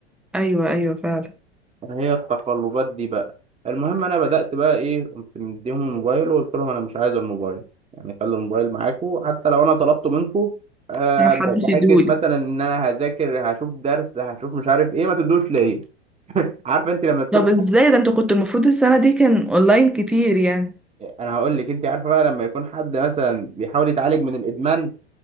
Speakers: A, in the centre; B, on the right.
A: ايوه ايوه فعلا
B: هي التقلبات دي بقى المهم انا بدأت بقى ايه قمت مديهم الموبايل وقلت لهم انا مش عايز الموبايل يعني خلي الموبايل معاكم حتى لو انا طلبته منكم آه
A: ما حدش
B: ب- بحجة
A: يديهولي
B: مثلا ان انا هذاكر هشوف درس هشوف مش عارف ايه ما تدوش ليا <laughs> عارفه انت لما تكون
A: طب ازاي
B: حد
A: ده انت كنت المفروض السنة دي كان اونلاين كتير يعني
B: انا هقول لك انت عارفه بقى لما يكون حد مثلا بيحاول يتعالج من الادمان